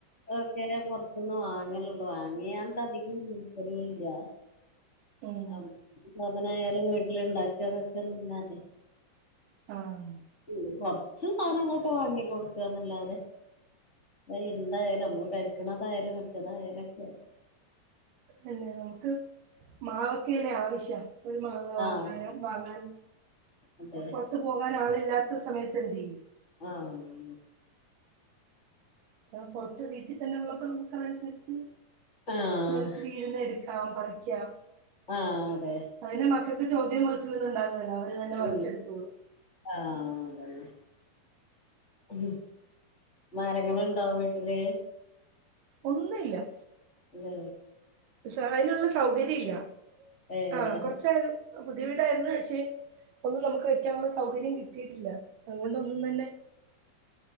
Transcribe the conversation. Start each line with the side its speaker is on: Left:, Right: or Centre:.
Left: ഒക്കെ ഞാൻ പൊറ്ത്ത്ന്ന് വാങ്ങലൊള്ളൂ വാങ്ങിയാണ്ടധികം ബെടീല്ലാ
Right: ഉം
Left: <unintelligible> സാദനായാലും വെ ട്ട്യാ ണ്ടാക്കാതൊക്കെല്ലാതെ
Right: ആഹ്
Left: ഉം കൊറ്ച്ച് സാനങ്ങളൊക്കെ വാങ്ങി കൊട്ക്കാന്നെല്ലാതെ അഅ് എന്തായാലും നമ്മൾ കഴിക്ക്ണതായാലും മറ്റതായാലൊക്കെ
Right: എന്നെ നമുക്ക് മാവൊക്കെന്നെ ആവശ്യം ഒരു മാങ്ങ വാങ്ങാനും
Left: ആഹ്
Right: വാങ്ങാൻ
Left: അതെ
Right: ഒന്ന്പൊ ർത്ത് പോകാനാളില്ലാത്ത സമയത്തെന്തേ
Left: ആഹ്
Right: ആഹ് പൊറ്ത്ത് വീട്ടിത്തെന്നെള്ളപ്പോ നമുക്കതന്സര്ച്ച്
Left: ആഹ്
Right: നേൽത്ത് വീഴുന്നെടു ക്കാം പറിക്ക്യാം
Left: ആഹ് അതെ
Right: അയ്ന് മക്കൾക്ക് ചോദ്യോംപറ്ച്ചിലൊന്നു ണ്ടാവൊന്നുല്ല അവര് തന്നെ
Left: ഉം
Right: പറിച്ചെടുത്തോളും
Left: ആഹ് അതെന്നെ ഉം മരങ്ങള്ണ്ടോ വീട്ട്ല്
Right: ഒന്നുല്ല
Left: ല്ലല്ലേ
Right: <unintelligible> അയ്നുള്ള സൗകര്യല്ലാ
Left: ഏഹ്
Right: ആഹ് കൊറച്ചയി പുതിയ വീടായിരുന്നു പക്ഷേ ഒന്നും നമുക്ക് വെക്കാനുള്ള സൗകര്യം കിട്ടിയിട്ടില്ല അതുകൊണ്ടൊന്നും തന്നെ